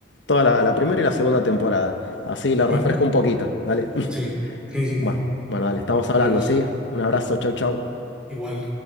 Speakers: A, on the left; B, in the centre.
A: Toda la, la primera y la segunda temporada. Así la refresco
B: <laughs>
A: un poquito. Dale. <laughs>
B: Sí, sí, sí, sí.
A: Bueno, bueno, dale, estamos
B: Adiós,
A: hablando, ¿sí? Un abrazo, chau, chau.
B: igual.